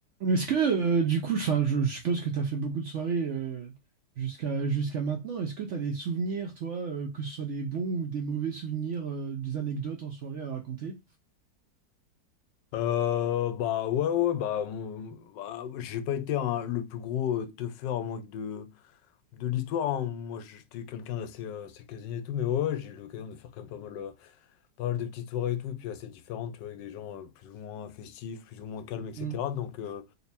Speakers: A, on the right; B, on the left.
A: Est-ce que, euh, du coup, enfin, je, je suppose que tu as fait beaucoup de soirées euh, jusqu'à jusqu'à maintenant. Est-ce que tu as des souvenirs, toi, euh, que ce soit des bons ou des mauvais souvenirs, euh, des anecdotes en soirée à raconter?
B: Euh, bah ouais ouais bah, mon- bah, j'ai pas été un- le plus gros euh, teufeur moi, de de l'histoire hein. Moi j'étais quelqu'un d'assez euh, assez casanier et tout mais ouais ouais, j'ai eu l'occasion de faire quand même pas mal euh, pas mal de petites soirées et tout et puis assez différentes tu vois avec des gens euh, plus ou moins festifs plus ou moins calmes etc
A: Il
B: donc euh,